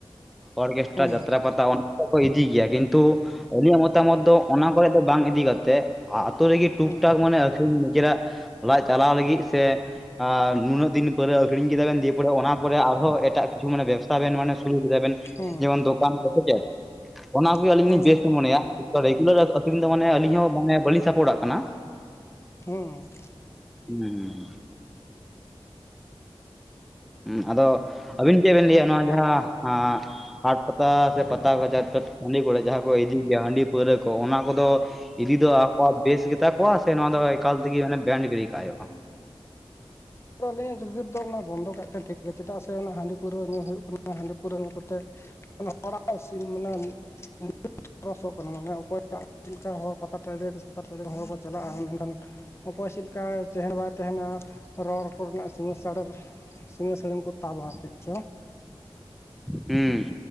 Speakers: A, in the centre; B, on the left.
A: ᱚᱨᱜᱮᱥᱴᱨᱟ
B: ᱦᱩᱸ
A: ᱡᱟᱛᱨᱟ ᱯᱟᱛᱟ ᱠᱚ ᱤᱫᱤ ᱜᱮᱭᱟ ᱠᱤᱱᱛᱩ ᱟᱞᱤᱧ ᱟᱜ ᱢᱚᱛᱟᱢᱚᱛ ᱫᱚ ᱚᱱᱟ ᱠᱚᱨᱮ ᱫᱚ ᱵᱟᱝ ᱤᱫᱤ ᱠᱟᱛᱮᱫ ᱟᱛᱳ ᱨᱮᱜᱮ ᱴᱩᱠ
B: ᱦᱩᱸ
A: ᱴᱟᱠ ᱢᱟᱱᱮ ᱟᱹᱷᱨᱤᱧ ᱱᱤᱡᱮᱨᱟᱜ ᱞᱟᱡ ᱪᱟᱞᱟᱣ ᱞᱟᱹᱜᱤᱫ ᱥᱮ ᱱᱩᱱᱟᱹᱜ ᱫᱤᱱ ᱯᱟᱹᱶᱨᱟᱹ ᱟᱹᱷᱨᱤᱧ ᱠᱮᱫᱟ ᱵᱮᱱ ᱫᱤᱭᱮ ᱯᱚᱨᱮ ᱚᱱᱟ ᱯᱚᱨᱮ ᱟᱨᱦᱚᱸ ᱮᱴᱟᱜ ᱠᱤᱪᱷᱩ ᱢᱟᱱᱮ ᱵᱮᱵᱥᱟ ᱵᱮ ᱢᱟᱱᱮ ᱥᱩᱨᱩ ᱠᱮᱫᱟ ᱵᱮᱱ
B: ᱦᱩᱸ
A: ᱡᱮᱢᱚᱱ ᱫᱚᱠᱟᱱ ᱠᱚ ᱥᱮ ᱪᱮᱫ ᱚᱱᱟ ᱠᱚᱜᱮ
B: ᱦᱩᱸ
A: ᱟᱹᱞᱤᱧ ᱞᱤᱧ ᱵᱮᱥ ᱢᱚᱱᱮᱭᱟ ᱨᱮᱜᱩᱞᱟᱨ ᱟᱹᱠᱷᱨᱤᱧ ᱫᱚ ᱢᱟᱱᱮ ᱟᱹᱞᱤᱧ ᱦᱚᱸ ᱢᱟᱱᱮ ᱵᱟᱹᱞᱤᱧ ᱥᱟᱯᱚᱴᱟᱜ ᱠᱟᱱᱟ
B: ᱦᱩᱸ
A: ᱦᱩᱸ ᱦᱩ ᱦᱩᱸ ᱦᱚ ᱟᱫᱚ ᱟᱹᱵᱤᱱ ᱪᱮᱫ ᱵᱤᱱ ᱞᱟᱹᱭᱟ ᱱᱚᱣᱟ ᱡᱟᱦᱟᱸ ᱟ ᱦᱟᱴ ᱯᱟᱛᱟ ᱥᱮ ᱯᱟᱛᱟ ᱠᱟᱪᱷᱟ ᱦᱟᱺᱰᱤ ᱠᱚ ᱡᱟᱦᱟᱸ ᱠᱚ ᱤᱫᱤ ᱜᱮᱭᱟ ᱦᱟᱺᱰᱤ ᱯᱟᱹᱣᱨᱟᱹ ᱠᱚ ᱚᱱᱟ ᱠᱚᱫᱚ ᱤᱫᱤ ᱫᱚ ᱟᱠᱚᱣᱟᱜ ᱵᱮᱥ ᱜᱮᱛᱟ ᱠᱚᱣᱟ ᱥᱮ ᱱᱚᱣᱟ ᱫᱚ ᱮᱠᱟᱞ ᱛᱮᱜᱮ ᱵᱮᱱᱰ ᱜᱤᱲᱤ ᱠᱟᱜ ᱦᱩᱭᱩᱜᱼᱟ
B: ᱟᱹᱞᱤᱧᱟᱜ ᱡᱩᱜᱽ ᱡᱩᱜᱤ ᱫᱚ ᱚᱱᱟ ᱵᱚᱱᱫᱚ ᱠᱟᱜ ᱠᱟᱱ ᱴᱷᱤᱠ ᱜᱮᱭᱟ ᱪᱮᱫᱟᱜ ᱥᱮ ᱚᱱᱟ ᱦᱟᱺᱰᱤ ᱯᱟᱹᱨᱣᱟᱹ ᱧᱩ ᱦᱩᱭᱩᱜ ᱠᱟᱱᱟ ᱦᱟᱺᱰᱤ ᱯᱟᱹᱨᱣᱟᱹ ᱧᱩ ᱠᱟᱛᱮᱫ ᱦᱚᱲᱟᱜᱤᱱ <inaudible> ᱠᱷᱚᱥᱚᱜ ᱠᱟᱱᱟ ᱢᱟᱱᱮ ᱚᱠᱚᱭᱟᱜ ᱪᱮᱫ ᱞᱮᱠᱟ ᱦᱚᱲ ᱯᱟᱛᱟ ᱴᱟᱲᱮ ᱥᱮᱛᱟ ᱴᱟᱺᱰᱤ ᱦᱚᱲ ᱠᱚ ᱪᱟᱞᱟᱜᱼᱟ ᱢᱮᱱᱠᱷᱟᱱ ᱚᱠᱚᱭ ᱪᱮᱫ ᱞᱮᱠᱟ ᱛᱟᱦᱮᱱ ᱵᱟᱭ ᱛᱟᱦᱮᱱᱟ ᱨᱚᱲ ᱠᱚᱨᱮᱱᱟᱜ ᱥᱤᱢᱟᱹ ᱥᱟᱹᱲᱮᱨ ᱥᱤᱢᱟᱹ ᱥᱟᱹᱲᱤᱢ ᱠᱚ ᱛᱟᱵᱟ ᱪᱮᱫ ᱪᱚᱝ
A: ᱦᱩᱸ